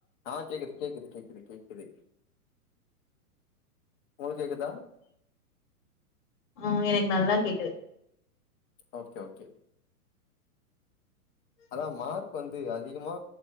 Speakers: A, on the left; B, on the left.
A: ஆ கேக்குது கேக்குது கேக்குது கேக்குது உங்களக்கு கேக்குது தான்
B: ஆஹ் எனக்கு நல்லா கேக்குது
A: ஓகே ஓகே அதான் மார்க் வந்து அதிகமா